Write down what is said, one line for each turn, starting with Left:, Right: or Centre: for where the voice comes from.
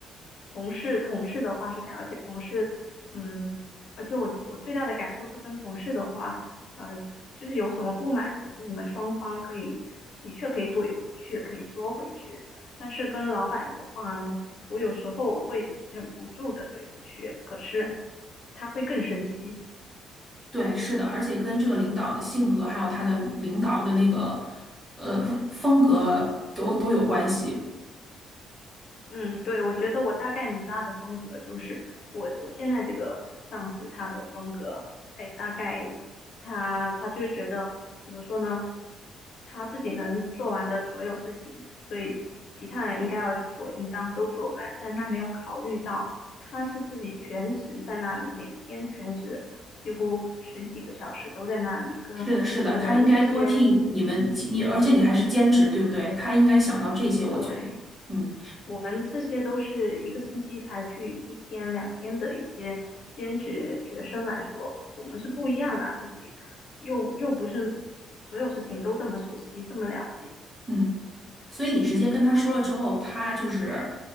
Left: 同事同事的话是这样，而且同事，嗯，而且我我最大的感受是跟同事的话，呃，就是有什么不满，其实你们双方可以的确可以怼回去，可以说回去，但是跟老板的话呢，我有时候会忍不住的怼回去，可是他会更生气。
Centre: 对，是的，而且跟这个领导的性格，还有他的领导的那个呃风格都都有关系。
Left: 嗯，对，我觉得我大概能知道他的风格，就是我我现在这个上司他的风格，哎，大概他他就是觉得怎么说呢，他自己能做完的所有事情，所以其他人应该要理所应当都做完，但他没有考虑到他是自己全职在那里，每天全职几乎十几个小时都在那里，跟我们这些
Centre: 是的，是的，他应该多替你们你而且你还是兼职，对不对？他应该想到这些，我觉得，
Left: 对。
Centre: 嗯
Left: 我们这些都是一个星期才去一天两天的一些兼职学生来说，我们是不一样的啊肯定又又不是所有事情都这么熟悉，这么了解
Centre: 嗯，所以你直接跟他说了之后，他就是